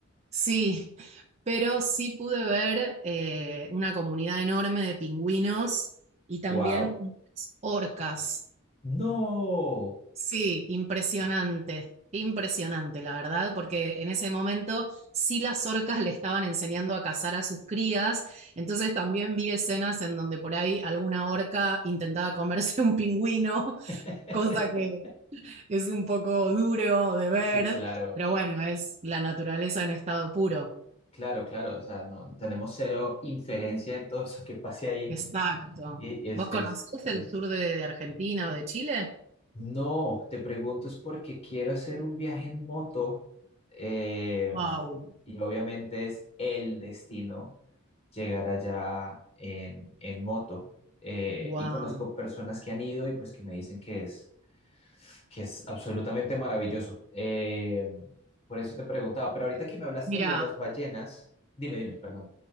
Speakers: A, on the right; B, on the left.
A: sí, <laughs> pero sí pude ver eh, una comunidad enorme de pingüinos y también
B: Wow.
A: orcas.
B: No.
A: Sí, impresionante, impresionante, la verdad, porque en ese momento sí las orcas le estaban enseñando a cazar a sus crías, entonces también vi escenas en donde por ahí alguna orca intentaba comerse un pingüino, <laughs>
B: <laughs>
A: cosa que es un poco duro de ver,
B: Sí, claro,
A: pero bueno, es la naturaleza en estado puro.
B: claro, claro. O sea, no tenemos cero inferencia en todo eso que pase ahí
A: Exacto.
B: y es,
A: ¿Vos conocés
B: es difícil.
A: el sur de, de Argentina o de Chile?
B: No, te pregunto es porque quiero hacer un viaje en moto eh,
A: Wow,
B: y obviamente es el destino llegar allá en, en moto. Eh,
A: wow.
B: y conozco personas que han ido y pues que me dicen que es, que es absolutamente maravilloso. Eh, por eso te preguntaba, pero ahorita que me hablaste
A: Mira.
B: de lo de las ballenas, dime, dime, perdón.